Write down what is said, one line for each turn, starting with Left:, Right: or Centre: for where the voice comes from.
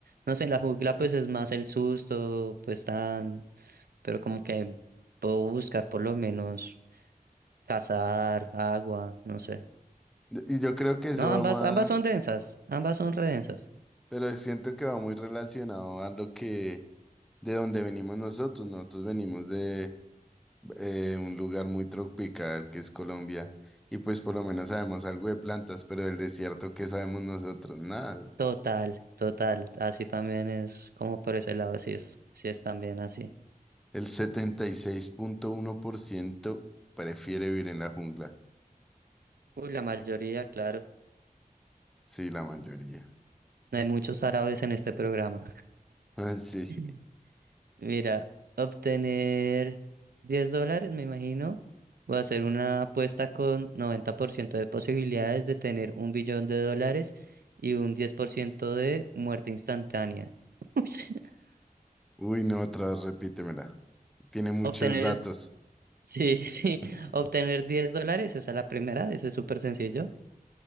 Right: no sé, en la jungla pues es más el susto, pues tan, pero como que puedo buscar por lo menos cazar, agua, no sé.
Centre: Y yo creo que eso
Right: No, ambas,
Centre: va
Right: ambas
Centre: más,
Right: son densas, ambas son redensas.
Centre: pero siento que va muy relacionado a lo que, de donde venimos nosotros. ¿no? Nosotros venimos de eh, un lugar muy tropical que es Colombia, y pues por lo menos sabemos algo de plantas, pero del desierto, ¿qué sabemos nosotros? Nada. güey.
Right: Total, total, así también es, como por ese lado, sí es, sí es también así.
Centre: El setenta y seis punto uno por ciento prefiere vivir en la jungla.
Right: Uy, la mayoría, claro.
Centre: Sí, la mayoría.
Right: Hay muchos árabes en este programa.
Centre: <laughs> Sí.
Right: <laughs> Mira, obtener 10 dólares, me imagino, o hacer una apuesta con 90% de posibilidades de tener un billón de dólares y un 10% de muerte instantánea. <laughs>
Centre: Uy, no, otra vez repítemela. Tiene muchos
Right: Obtener,
Centre: datos.
Right: sí, sí,
Centre: <laughs>
Right: obtener 10 dólares, esa es la primera, ese es súper sencillo.